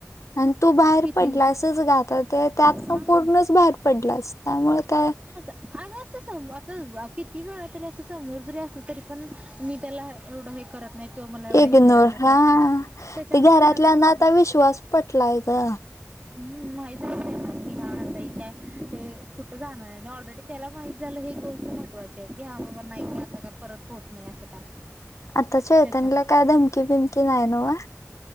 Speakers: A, on the left (about 70°); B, on the right (about 25°).
A: अन्, तू बाहेर
B: किती
A: पडलासच ग आता. ते त्यातन,
B: हा
A: पूर्णच बाहेर पडल्यास. त्यामुळ काय?
B: अग, असं. स आता किती वेळा तर असं, समोर जरी असलं. तरी पण, मी त्याला एवढं हे करत नाही. तो मला एवढं,
A: इग्नोर
B: हे करत नाही.
A: हा
B: त्या - त्याच्यामुळ
A: ते
B: घरातल्यांना
A: आता विश्वास पटलाय ग
B: हम्म. माहीच <inaudible> की, ह्या मनताय काय? हे कुठं जाणारय? आणि ऑलरेडी त्याला माहित झालं. हे गोष्ट महत्वाचीय. की, हा बाबा, नाही. अस का परत होत नाही. असं काय?
A: आता चेतनला
B: त्याच्यामुळे
A: काय? धमकी - बिमकी नाही नवं?